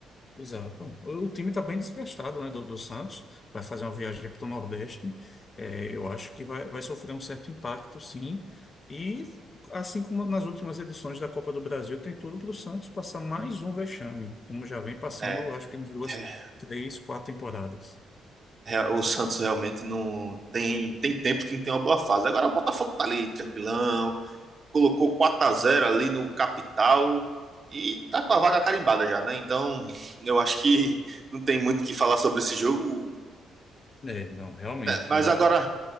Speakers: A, on the left; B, on the right.
A: Exato. O time está bem desgastado, né, do, do Santos. Vai fazer uma viagem para o Nordeste. É, eu acho que vai, vai sofrer um certo impacto, sim. E, assim como nas últimas edições da Copa do Brasil, tem tudo para o Santos passar mais um vexame, como já vem passando,
B: É,
A: acho que duas,
B: é
A: três, quatro temporadas.
B: é, o Santos realmente não tem tem tempos que não tem uma boa fase. Agora o Botafogo tá ali tranquilão, colocou 4 a zero ali no capital e tá com a vaga carimbada já, né? Então, eu acho que não tem muito o que falar sobre esse jogo.
A: É, não, realmente.
B: Mas
A: o-
B: agora